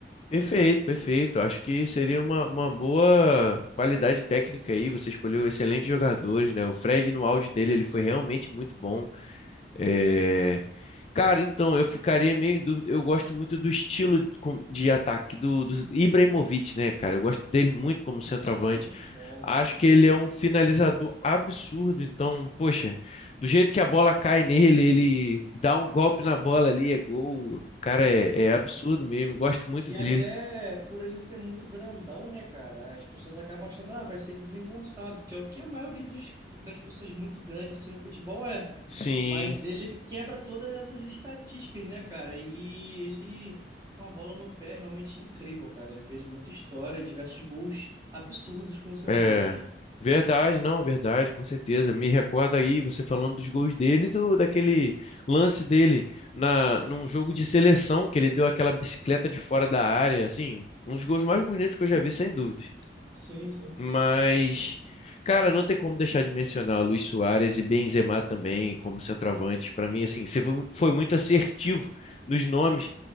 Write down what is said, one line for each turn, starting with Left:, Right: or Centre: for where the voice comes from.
Left: Perfeito, perfeito. Acho que seria uma, uma boa qualidade técnica aí. Você escolheu excelentes jogadores, né? O Fred, no auge dele, ele foi realmente muito bom. É, Cara, então, eu ficaria meio em dúvida. Eu gosto muito do estilo de com- de ataque do, do Ibrahimovic, né, cara? Eu gosto dele muito como centroavante.
Right: Muito bom,
Left: Acho
Right: sim,
Left: que
Right: muito
Left: ele é um finalizador absurdo. Então, poxa, do jeito que a bola cai nele, ele dá um golpe na bola ali, é gol. O cara é, é absurdo
Right: bom.
Left: mesmo. eu Gosto muito
Right: E
Left: dele.
Right: até por ele ser muito grandão, né, cara? As pessoas acabam achando, ah, vai ser desengonçado, que é o que a maioria dos, das pessoas muito grandes assim no futebol é.
Left: Sim.
Right: Mas ele quebra todas essas estatísticas, né, cara? E ele, com a bola no pé, é realmente incrível, cara. Ele fez muita história, diversos gols absurdos com seus
Left: É,
Right: golpes.
Left: verdade, não, verdade, com certeza. Me recorda aí você falando dos gols dele, do daquele lance dele na num jogo de seleção que ele deu aquela bicicleta de fora da área, assim, um dos gols mais bonitos que eu já vi, sem dúvida.
Right: Sim, sim.
Left: Mas, cara, não tem como deixar de mencionar Luis Suárez e Benzema também como centroavante. Para mim, assim, você foi foi muito assertivo nos nomes,